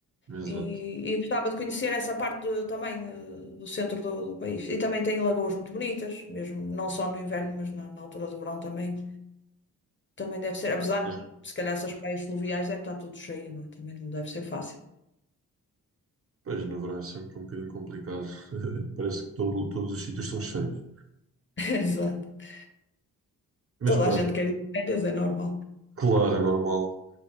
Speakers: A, on the right; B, on the left.
A: Exato.
B: E, e gostava de conhecer essa parte do- também eh, do centro do, do país. E também tem lagoas muito bonitas, mesmo não só no inverno, mas na, na altura do verão também. Também deve ser, apesar
A: É,
B: de se calhar essas praias fluviais deve estar tudo cheio, não é? Também não deve ser fácil.
A: Pois, no verão é sempre um bocadinho complicado. <laughs> Parece que todo- todos os sítios estão cheios.
B: <laughs> Exato.
A: Mas
B: Toda
A: pronto,
B: a gente quer ir de férias, é normal.
A: claro, é normal.